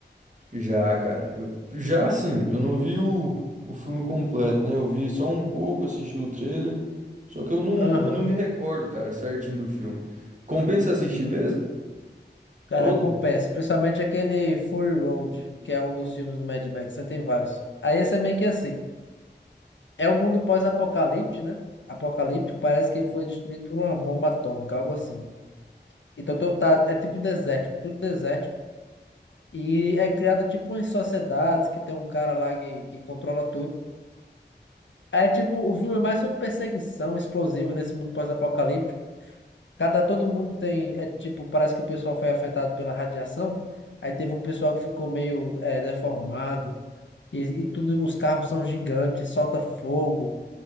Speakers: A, on the right; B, on the left.
A: Já, cara. Eu, já assim, eu não vi o, o filme completo, né? Eu vi só um pouco, assisti o trailer. Só que eu não,
B: Aham.
A: eu não me recordo, cara, certinho do filme. Compensa assistir mesmo?
B: Cara,
A: Todo?
B: compensa. Principalmente aquele Fury Road, que é um dos filmes do Mad Max, né? Tem vários. Aí esse é meio que assim. É um mundo pós-apocalipse, né? Apocalíptico, parece que ele foi destruído por uma bomba atômica, algo assim. Então tô- tá, é tipo desértico, tudo desértico. E é criado tipo em sociedades que tem um cara lá que, que controla tudo. Aí É tipo, o filme é mais sobre perseguição explosiva nesse mundo pós-apocalíptico. Cada todo mundo tem, é tipo, parece que o pessoal foi afetado pela radiação. Aí teve um pessoal que ficou meio é, deformado e, e tudo, os carros são gigantes, solta fogo.